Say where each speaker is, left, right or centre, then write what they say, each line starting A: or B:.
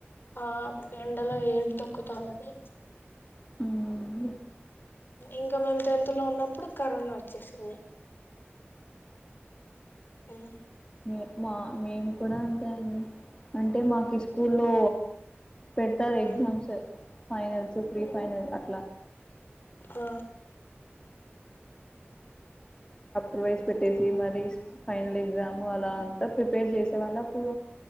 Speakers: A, on the left; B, on the left.
A: ఆ ఎండలో ఏం తోక్కుతం అనీ
B: మ్మ్
A: ఇంక మేము టెన్త్ లో ఉన్నప్ ప్పుడు కరోనా వచ్చేసింది. ఉమ్,
B: మె మా మేము కూడా అం తే అండి అంటే మాకు స్కూల్లో పెడతారు ఎగ్జామ్స్
A: ఉమ్,
B: ఫైనల్స్, ప్రిఫినల్స్ అట్ల
A: ఆ
B: రివైజ్ పెట్ ట్టేసి మరి ఫైనల్ ఎగ్జామ్ అలా అంతా ప్రి పోయి చేసేవాళ్ళ అప్పుడు